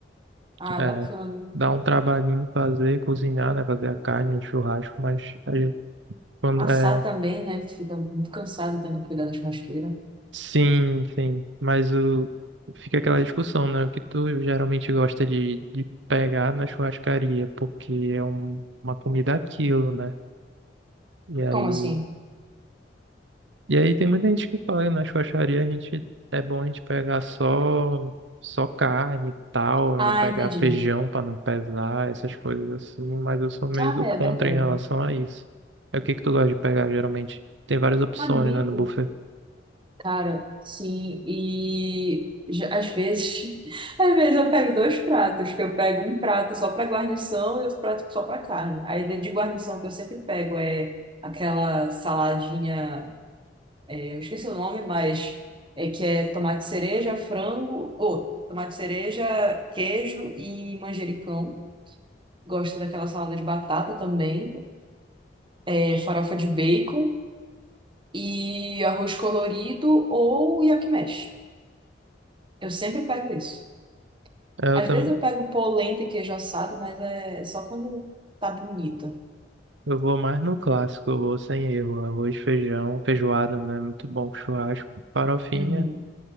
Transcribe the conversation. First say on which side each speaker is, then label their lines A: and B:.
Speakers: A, on the right; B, on the right.
A: Ah,
B: É,
A: bacana.
B: dá um trabalhinho fazer, cozinhar, né? Fazer a carne, o churrasco, mas a gente- quando
A: Assar
B: é,
A: também, né? Que tu fica muito cansado também de cuidar da churrasqueira.
B: sim, sim, mas o fica aquela discussão, né? O que tu geralmente gosta de, de pegar na churrascaria, porque é um- uma comida aquilo, né? E aí
A: Como assim?
B: E aí tem muita gente que fala, na churrascaria a gente é bom a gente pegar só só carne e tal,
A: Ah,
B: não pegar
A: entendi.
B: feijão pra não pesar, essas coisas assim, mas eu sou meio
A: Ah,
B: do
A: é
B: contra
A: verdade.
B: em relação a isso. É o que que tu gosta de pegar geralmente? Tem várias opções,
A: Amigo.
B: né, no buffet.
A: Cara, sim, e já- às vezes, <laughs> às vezes eu pego dois pratos, que eu pego um prato só para guarnição e outro prato só para carne. Aí de de guarnição que eu sempre pego é aquela saladinha, eh, eu esqueci o nome, mas é que é tomate cereja, frango, ou tomate cereja, queijo e manjericão. Gosto daquela salada de batata também, é, farofa de bacon e arroz colorido ou yakimesh. Eu sempre pego isso.
B: É, Eu
A: Às
B: também
A: vezes eu pego polenta e queijo assado, mas é só quando tá bonita.
B: eu vou mais no clássico, eu vou sem erro, arroz, feijão, feijoada, né, muito bom com churrasco, farofinha
A: Uhum.